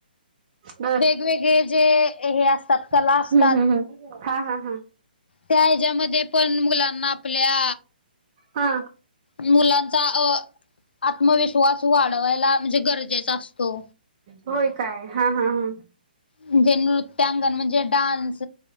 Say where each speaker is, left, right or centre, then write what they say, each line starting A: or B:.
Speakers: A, on the right (about 30°); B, on the left (about 85°).
A: बर
B: वेगवेगळे जे हे असतात कला
A: हम्म
B: असतात
A: हम्म हम्म हा हा हा.
B: त्या ह्याच्यामध्ये पण मुलांना आपल्या
A: हा
B: मुलांचा अह आत्मविश्वास वाढवायला म्हणजे गरजेचा असतो.
A: होय काय हा हा हा.
B: म्हणजे नृत्यांगण म्हणजे डान्स,